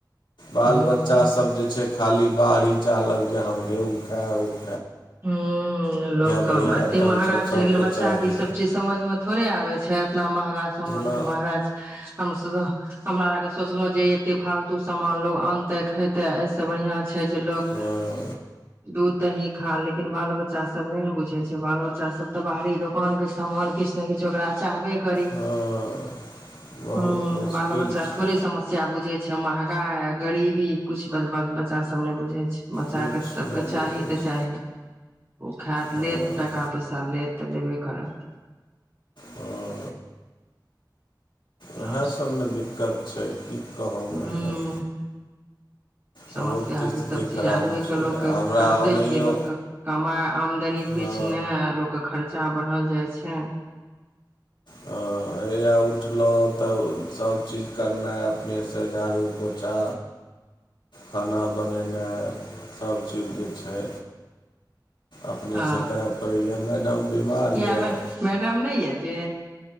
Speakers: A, on the left (about 85°); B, on the right (about 35°).
A: बाल
B: हूँ
A: बच्चा सब जे छै खाली बाहररी चाहलक जे हम हे ओ खाउ
B: ह लोकके
A: बढ़िआँ
B: एतेक
A: आइटमसभ
B: महगा
A: सभकेँ
B: छै लेकिन बच्चाके
A: चाही
B: ईसभ चीज समझमे थोड़े आबैत छै इतना महगा समामान
A: नहि
B: छै महगा छै हमर सब हमरा आर के सोचलो जे एते फालतू सामान लोग आनते खेते एहिस बढ़ियां छै जे लोग
A: हँ
B: दूध द ही खा लेकिन बाल बच्चा सब ने ने बुझे छै बाल बच्चा सब ते बाहरी दोकान के सामान किछु ने किछु ओकरा चाहबे करी
A: हँ बहुत
B: ह
A: मुश्किल
B: बाल बच्चा
A: छै
B: थोड़े समस्या बुझे छै अच्छा महगा ह गरीबी कुछ बात बच्चा सब ने बुझै छै बच्चा
A: किछु
B: के सबके
A: नहि
B: चाही
A: बुझै
B: तऽ
A: छै
B: ची ओ खायत
A: हँ
B: लेत टाका पैसा लेत त नहि बेे करात
A: हँ उएहसभ
B: आर
A: ने दिक्कत छै की कहू मैडम
B: हूं समस्या
A: बहुत स्थिति
B: ईसभ चीज
A: खराब
B: आदमीके
A: छै
B: लोकके
A: आ हमरा
B: करतै
A: ओनाहियो
B: कि लोकके कमाय आमदनी
A: हँ
B: किछु नहि आ लोकके खर्च बच्चा बढ़ल जाइ छै
A: हँ हएा उठलहुँ तऽ सभचीज करनाइ अपनेसँ झाड़ू पोछा खाना बनेनाइ सभचीज जे छै अपनेसँ
B: ह
A: करय पड़ैए मैडम बीमार
B: किए
A: यए
B: मैडम नहि ये जे